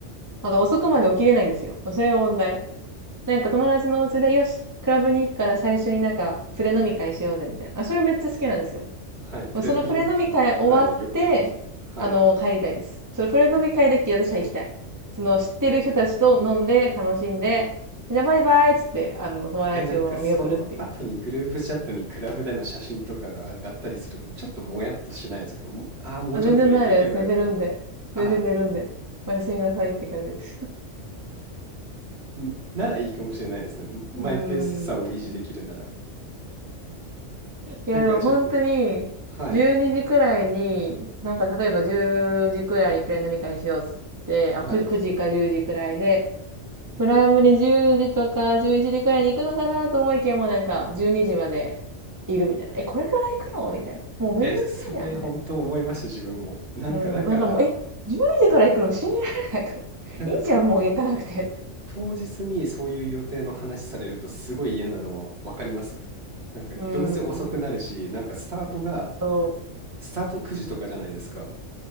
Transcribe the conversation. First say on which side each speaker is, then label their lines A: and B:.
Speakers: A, on the right (about 15°); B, on the right (about 55°).
A: あだ遅くまで起きれないんですよ。それが問題。なんか友達のお家で、よし、クラブに行くから最初になんか、プレ飲み会しようぜ、みたいな。あ、それめっちゃ好きなんですよ。
B: はい。プレドリンキング。
A: もうそのプレ飲み会終わって、
B: はい。よくありますね。はい。
A: あの、帰りたいです。そのプレ飲み会で私は行きたい。その、知ってる人たちと飲んで、楽しんで、じゃあバイバイっつって、あの、友達を見送るっていう。
B: え、なんかその後にグループチャットにクラブでの写真とかが上がったりすると、ちょっともやっとしないですかもああもうちょっと言っておけばよかも。
A: あ、全然ないです。寝てるんで。
B: ああ、
A: 全然寝るんで。おやすみなさいって感じです。
B: んならいいかもしれないですね。んマイペースさを維持できるなら。
A: <laughs> うーん。いや、
B: なんか自分、
A: でも本当に、
B: はい、
A: 12時くらいに、なんか例えば10時くらいにプレ飲み会しようっつって、
B: はい。
A: あ、9時か10時くらいで、クラブに10時とか11時くらいに行くのかなと思いきやもうなんか12時までいるみたいな。え、これから行くのみたいな。もうめんどくさいじゃんみたい
B: え、それ本当思いました、自分も。なんかだから、
A: な。うん。なんかもう、え、12時から行くの信じられないと。<laughs>
B: なんか当、
A: いいじゃん、もう行かなくて。
B: 当日にそういう予定の話されるとすごい嫌なのはわかります。なんかどうせ遅くなるし、
A: うん。
B: なんかスタートが、
A: そ
B: スタート9時とかじゃないですか。